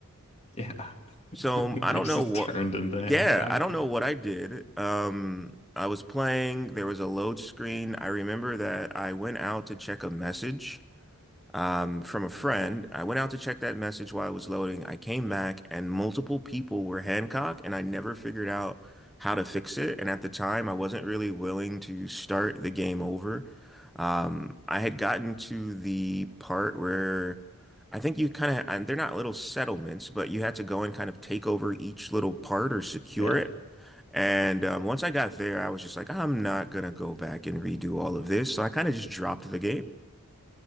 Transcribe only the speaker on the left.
Yeah. <laughs>
They
just
turned into Hancock.
Yeah.